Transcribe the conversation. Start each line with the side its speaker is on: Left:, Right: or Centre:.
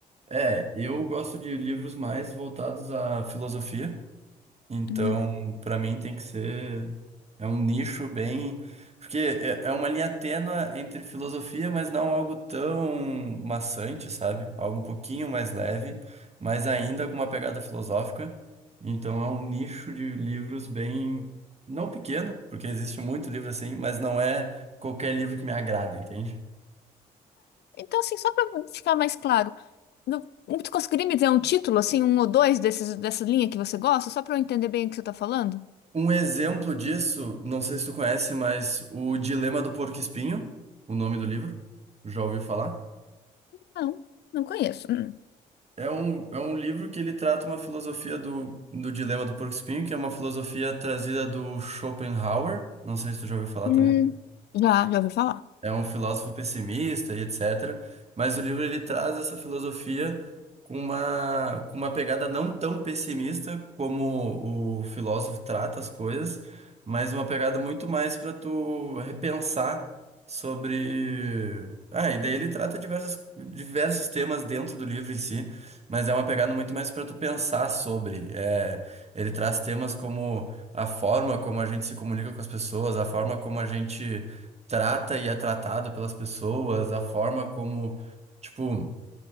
Right: É, eu gosto de livros mais voltados à filosofia. Então,
Left: Hum.
Right: para mim tem que ser é um nicho bem, porque é é uma linha tênue entre filosofia, mas não algo tão maçante, sabe? Algo um pouquinho mais leve, mas ainda com uma pegada filosófica. Então, é um nicho de livros bem não pequeno, porque existe muito livro assim, mas não é qualquer livro que me agrada, entende?
Left: Então, assim, só para ficar mais claro, no- tu conseguiria me dizer um título, assim, um ou dois desses, dessa linha que você gosta, só para eu entender bem o que você tá falando?
Right: Um exemplo disso, não sei se tu conhece, mas o Dilema do Porco-Espinho, o nome do livro, já ouviu falar?
Left: Não, não conheço. Hum.
Right: É um, é um livro que ele trata uma filosofia do, do dilema do porco-espinho, que é uma filosofia trazida do Schopenhauer. Não sei se tu já ouviu falar
Left: Hum,
Right: também
Left: Já, já ouvi falar.
Right: é um filósofo pessimista e etc. Mas o livro ele traz essa filosofia com uma, com uma pegada não tão pessimista como o filósofo trata as coisas, mas uma pegada muito mais para tu repensar sobre. Ah, e daí ele trata diversos, diversos temas dentro do livro em si, mas é uma pegada muito mais para tu pensar sobre. É, ele traz temas como a forma como a gente se comunica com as pessoas, a forma como a gente trata e é tratado pelas pessoas, a forma como, tipo,